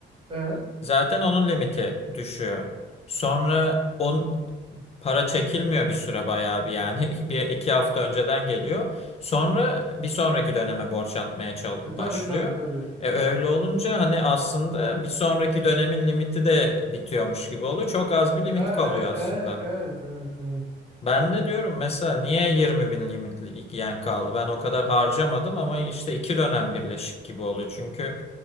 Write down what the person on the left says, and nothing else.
Zaten onun limiti düşüyor. Sonra on para çekilmiyor bir süre bayağı bir yani <laughs> bir iki hafta önceden geliyor. Sonra bir sonraki döneme borç atmaya çal-
başlıyor.
E öyle
olunca hani aslında bir sonraki dönemin limiti de bitiyormuş gibi oluyor. Çok az bir limit
kalıyor aslında.
Ben de diyorum mesela niye yirmi bin limitli yen kaldı? Ben o kadar harcamadım ama işte iki dönem birleşik gibi oluyor. Çünkü